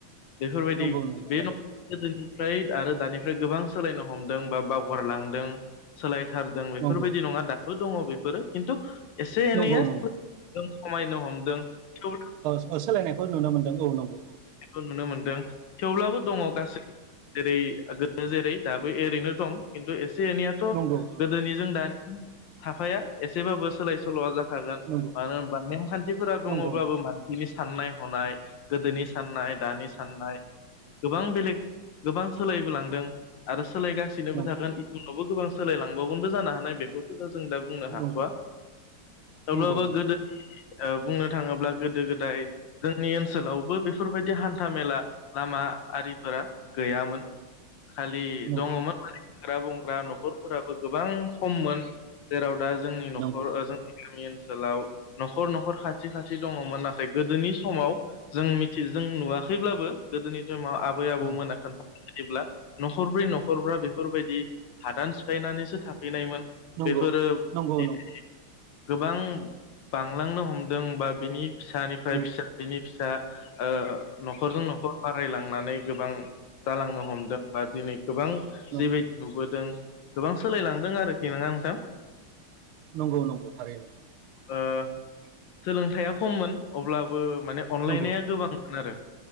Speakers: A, on the left; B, on the right.
A: बेफोरबायदि
B: नंगौ नंगौ
A: बे
B: थारैनो
A: न गोदोनिफ्राय आरो दानिफ्राय गोबां सोलायनो हमदों बा बावगारलांदों सोलायथारदों बेफोरबायदि
B: नंगौ
A: नङा दाबो दङ' बेफोरो खिन्थु एसे एनैया
B: नंगौ नंगौ
A: <unintelligible> खमायनो हमदों थेव
B: औ सोलायनायखौ नुनो मोनदों औ नंगौ औ।
A: खौ नुनो मोनदों
B: औ
A: थेवब्लाबो दङ' गासै जेरै गोदो जेरै दाबो एरैनो दं खिन्थु एसे एनैया थ'
B: नंगौ औ
A: गोदोनि जों दानिजों हाफाया एसेबाबो सोलाय सोल'आ जा खागोन
B: नंगौ
A: मानो होमबा नेमखान्थिफोरा दङ'बाबो
B: नंगौ
A: मानसिनि साननाय हनाय गोदोनि साननाय दानि साननाय गोबां बेलेग गोबां सोलायबोलांदों आरो सोलायगासिनोबो
B: नंगौ
A: थागोन
B: नंगौ
A: उनावबो गोबां सोलायलांबाव गोनबो जानो हानाय बेखौथ' दा जों दा बुंनो हाथ'वा
B: नंगौ
A: अब्लाबो
B: नंगौ नंगौ
A: गोदो ओ बुंनो थाङोब्ला गोदो गोदाय जोंनि ओन सोलावबो बेफोरबायदि हान्था मेला लामा आरिफोरा गैयामोन। खालि
B: नंगौ
A: दङ'मोन मानि हाग्रा बंग्रा न'खरफोराबो गोबां खम मोन। जेराव दा जोंनि न'खर
B: नंगौ
A: ओ जोंनि गामि ओनसोलाव न'खर न'खर खाथि खाथि दङ'मोन नाथाय गोदोनि समाव जों मिथि जों नुवाखैब्लाबो गोदोनि टाइमाव आबै आबौ
B: नंगौ
A: खोन्था जेब्ला न'खरब्रै न'खरबा बेफोरबायदि हादान सिफायनानैसो थाफैनायमोन
B: नंगौ
A: बेफोरो
B: नंगौ नंगौ
A: <unintelligible>
B: नंगौ नंगौ
A: गोबां बांलांनो हमदों बा बिनि फिसानिफ्राय
B: नंगौ
A: फिसा बिनि फिसा ओ न'खरजों न'खर बारायलांनानै गोबां जालांनो हमदों बा दिनै गोबां
B: नंगौ
A: जिबाय नुबोदों गोबां सोलायलांदों आरोखि नोंङा नोंथां
B: नंगौ-नंगौ थारैनो
A: ओ सोलोंथाइया खममोन अब्लाबो माने अनलायनाया
B: नंगौ
A: गोबांमोन आरो।